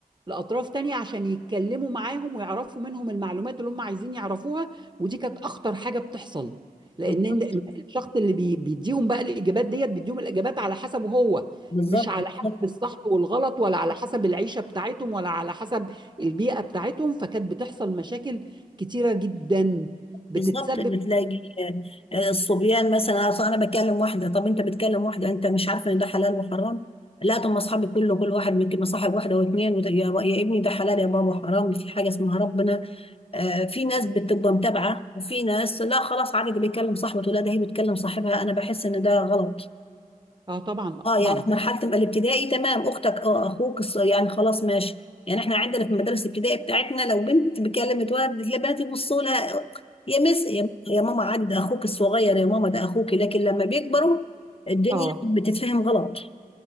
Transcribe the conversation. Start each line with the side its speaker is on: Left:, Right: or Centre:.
Right: لاطراف تانية عشان يتكلموا معاهم ويعرفوا منهم المعلومات اللي هم عايزين يعرفوها ودي كانت اخطر حاجه بتحصل لان
Left: بالظبط
Right: إن- الشخص اللي بي- بيديهم بقى الاجابات ديت بيديهم الاجابات على حسبه هو
Left: بالظبط
Right: مش على حسب
Left: بالظبط
Right: الصح والغلط ولا على حسب العيشه بتاعتهم ولا على حسب البيئة بتاعتهم فكانت بتحصل مشاكل كتيرة جدا بتتسبب
Left: بالظبط. بتلاقي آه، الصبيان مثلا أصل انا بكلم واحده طب انت بتكلم واحده انت مش عارفه ان ده حلال وحرام لا طب ما اصحابي كله كل واحد ممكن مصاحب واحده واثنين وت- يا يا ابني ده حلال يا بابا حرام في حاجه اسمها ربنا آه، في ناس بتبقى متابعه وفي ناس لا خلاص عادي ده بيكلم صاحبته لا ده هي بتكلم صاحبها انا بحس ان ده غلط
Right: اه طبعا
Left: اه
Right: طبعا
Left: يعني في مرحله ما الابتدائي تمام اختك اه اخوك الص- يعني خلاص ماشي يعني احنا عندنا في المدارس الابتدائي بتاعتنا لو بنت بكلمت ولد البنات يبصوا لها يا مس يا يا ماما عادي ده اخوك الصغير يا ماما ده اخوك لكن لما بيكبروا الدنيا
Right: اه
Left: بتتفهم غلط